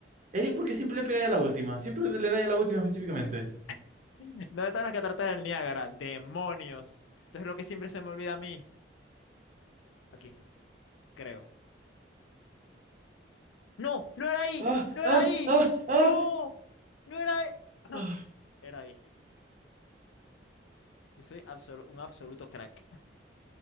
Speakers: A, on the right; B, on the left.
A: Eric, ¿por qué siempre le pegáis a la última? Siempre le da a la última específicamente.
B: <laughs> ¿Dónde están las cataratas del Niágara? ¡Demonios! Entonces lo que siempre se me olvida a mí. Aquí, creo. ¡No! ¡No era ahí!
A: Ah,
B: ¡No
A: ah,
B: era ahí!
A: ah, ah,
B: ¡No! ¡No era ahí! <clears throat>
A: ah.
B: Era ahí. Yo soy absolu- un absoluto crack.